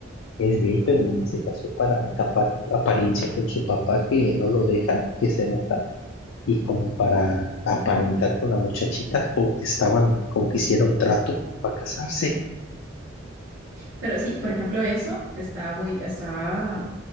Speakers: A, on the left; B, on the right.
A: es gay, pero no se casó para tapar apariencia con su papá que no lo deja, que se enoja y como para aparentar con la muchachita, como que estaban, como que hicieron trato para casarse.
B: Pero sí, por ejemplo, eso está muy, está.